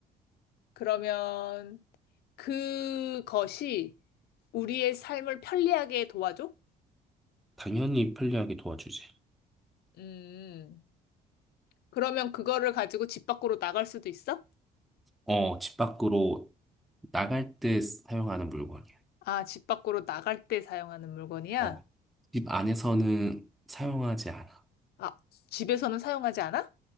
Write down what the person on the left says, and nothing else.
그러면 그것이 우리의 삶을 편리하게 도와줘?
음, 그러면 그거를 가지고 집 밖으로 나갈 수도 있어?
아, 집 밖으로 나갈 때 사용하는 물건이야?
아, 집에서는 사용하지 않아?